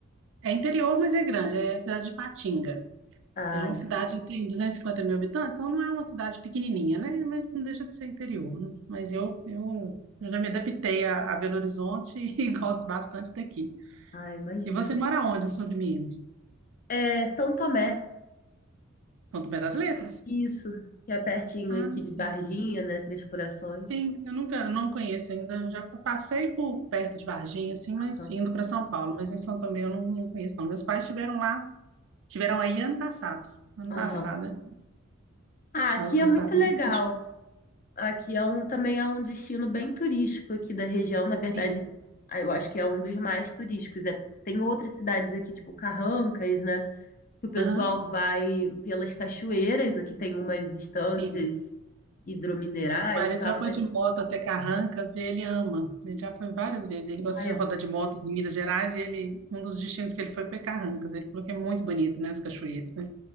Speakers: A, on the right; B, on the left.
A: É interior, mas é grande, é a cidade de Patinga.
B: Ah,
A: É uma
B: entendi.
A: cidade que tem 250 mil habitantes, então não é uma cidade pequenininha, né? Mas não deixa de ser interior. né? Mas eu, eu, eu já me adaptei a, a Belo Horizonte <laughs> e gosto bastante daqui.
B: Ah, imagino.
A: E você mora onde, no sul de Minas?
B: É São Tomé,
A: São Tomé das Letras?
B: isso, que é pertinho
A: Ah,
B: aqui de Varginha,
A: sim.
B: né? Três Corações.
A: Sim, eu nunca, eu não conheço ainda. Eu já passei por perto de Varginha, assim, mas
B: Aham.
A: indo para São Paulo. Mas em São Tomé eu não, não conheço, não. Meus pais estiveram lá, tiveram aí ano passado. Ano
B: Aham.
A: passado, né?
B: Ah, aqui
A: Ah, gostaram
B: é muito legal.
A: muito.
B: Aqui é um, também é um destino bem turístico aqui da região. Na verdade,
A: Sim.
B: ah, eu acho que é um dos mais turísticos. É, tem outras cidades aqui, tipo Carrancas, né? que o pessoal
A: Aham,
B: vai pelas cachoeiras, aqui tem umas estâncias
A: sim.
B: hidrominerais
A: O marido
B: e tal,
A: já foi
B: mas
A: de moto até Carrancas e ele ama. Ele já foi várias vezes. Ele gosta
B: ai,
A: de
B: eu-
A: rodar de moto em Minas Gerais e ele, um dos destinos que ele foi foi Carrancas. Ele falou que é muito bonito, né? As cachoeiras, né?